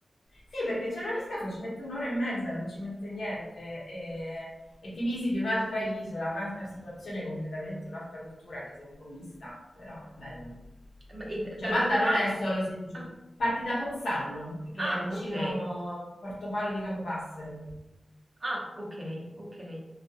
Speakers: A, on the left; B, on the right.
A: Sì, perché c'è un aliscafo, ci mette un'ora e mezza, non ci mette niente. E, e ti visiti un'altra isola, un'altra situazione completamente, un'altra cultura, anche se un po' mista, però è bello.
B: Ma- E da
A: Cioè
B: da
A: Malta
B: dove
A: non
B: parte?
A: è solo Saint Giu.
B: Ah,
A: Parti da Pozzallo, che
B: ah,
A: è vicino
B: ok.
A: Portopalo di Capopassero,
B: Ah, ok, ok,